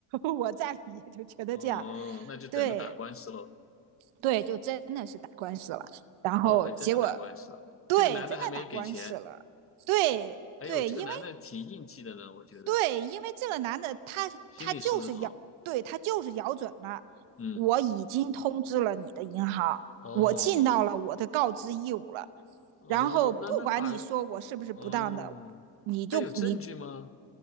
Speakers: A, on the right; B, on the left.
A: <laughs> 我占理，就觉得这样，
B: 哦，那就等着打官司喽。
A: 对。对，就真的是打官司了。然后结果
B: 哦，还真的打官司了，
A: 对，
B: 这个男的还没给钱。
A: 真的打官司了。对对，
B: 哎呦，这个男的挺硬气的呢，
A: 因为
B: 我觉得
A: 对，因为这个男的他他就是咬，
B: 心理素质好。
A: 对他就是咬准了，
B: 嗯，
A: 我已经通知了你的银行，
B: 哦
A: 我尽到了我的告知义务了。
B: 哦，
A: 然后不管你说我是不是不当的，
B: 那那法哦，
A: 你就你
B: 他有证据吗？